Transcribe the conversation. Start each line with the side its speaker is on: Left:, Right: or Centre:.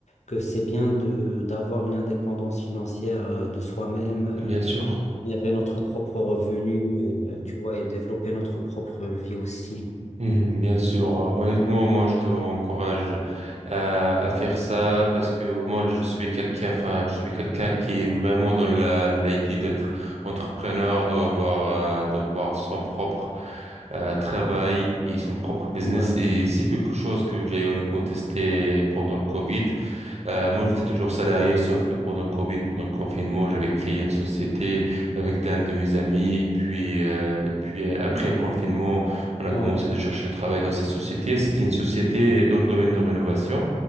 Left: que c'est bien de d'avoir une indépendance financière euh, de soi-même,
Right: Bien
Left: euh,
Right: sûr.
Left: générer notre propre revenu, euh, tu vois, et développer notre propre vie aussi.
Right: Mhm, Bien sûr, Euh, honnêtement, moi je te encourage à, à faire ça parce que moi
Left: Merci.
Right: je suis quelqu'un, enfin je suis quelqu'un qui est vraiment dans la l'idée d'être entrepreneur, d'avoir euh, d'avoir son propre euh, travail et son propre business
Left: Ouais,
Right: et c'est quelque chose que j'ai honnêtement testé pendant le Covid. Euh, moi, j'étais toujours salarié, sauf que pendant le Covid, pendant le confinement, j'avais créé une société avec d'un de mes amis. Et puis, euh, et puis euh, après le confinement, on a
Left: ouais,
Right: commencé de chercher du travail dans cette société. C'était une société dans le domaine de rénovation.